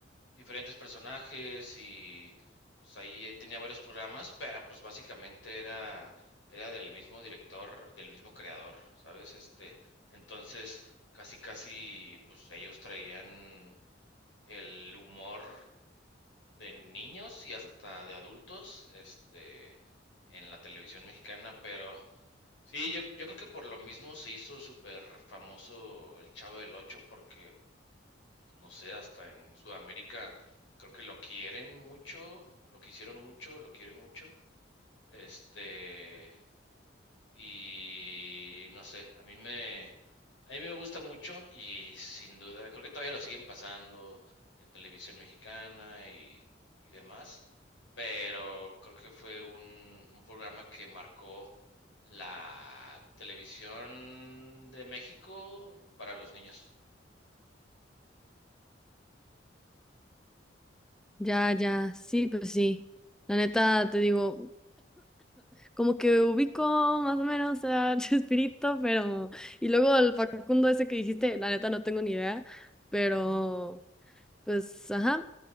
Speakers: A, on the left (about 80°); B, in the centre.
A: diferentes personajes y pues ahí tenía varios programas, pero pues básicamente era, era del mismo director, del mismo creador, ¿sabes? Este, entonces casi casi pues ellos traían el humor de niños y hasta de adultos, este, en la televisión mexicana, pero sí, yo, yo creo que por lo mismo se hizo súper famoso el Chavo del Ocho, porque pues, no sé, hasta en Sudamérica creo que lo quieren mucho, o lo quisieron mucho, o lo quieren mucho. Este, y no sé, a mí me, a mí me gusta mucho y sin duda, creo que todavía lo siguen pasando en televisión mexicana y, y demás, pero creo que fue un, un programa que marcó la televisión de México para los niños.
B: Ya, ya, sí, pues sí. La neta, te digo, como que ubico más o menos a <laughs> Chespirito, pero... Y luego el Facundo ese que dijiste, la neta no tengo ni idea, pero pues, ajá.